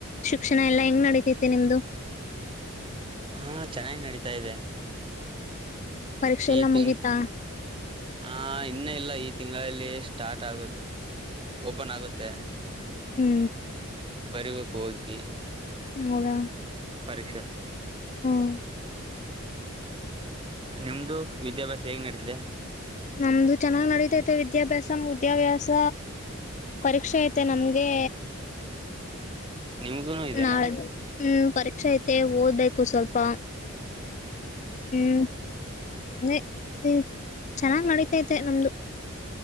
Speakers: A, on the left; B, on the right.
A: ಶಿಕ್ಷಣ ಎಲ್ಲಾ ಹೆಂಗ್ ನಡತೈತಿ ನಿಮ್ದು.
B: ಹಾ ಚೆನ್ನಾಗಿ ನಡತಾ ಇದೆ.
A: ಹ್ಮ್. ಪರೀಕ್ಷೆ
B: ಈ
A: ಎಲ್ಲ
B: ತಿಂಗ್
A: ಮುಗೀತಾ.
B: ಆ ಇನ್ನ ಇಲ್ಲ ಈ ತಿಂಗಳಲ್ಲಿ ಸ್ಟಾರ್ಟ್ ಆಗ ಓಪನ್ ಆಗುತ್ತೆ
A: ಹ್ಮ್.
B: ಬರಿಬೇಕಕ್ ಹೋಗಿ.
A: ಹೌದಾ. <inaudible>
B: ಪರೀಕ್ಷೆ.
A: ಹ್ಮ್.
B: ನಿಮ್ದು ವಿದ್ಯಾಭ್ಯಾಸ ಹೇಗ್ ನಡಿತಿದೆ.
A: ನಮ್ದು ಚೆನ್ನಾಗ್ ನಡೀತೈತೆ. ವಿದ್ಯಾಭ್ಯಾಸ ಮುದ್ಯಾಭ್ಯಾಸ ಪರೀಕ್ಷೆ ಐತೆ ನಮ್ಗೇ.
B: ನಿಮ್ಗುನು ಇದೆನಾ
A: ನಾಳೆ ಹ್ಮ್ ಪರೀಕ್ಷೆ ಐತೆ ಓದ್ಬೇಕು ಸ್ವಲ್ಪ. ಹ್ಮ್. ಮೆ ಹೇ ಚೆನ್ನಾಗ್ ನಡಿತೈತೆ ನಮ್ದು.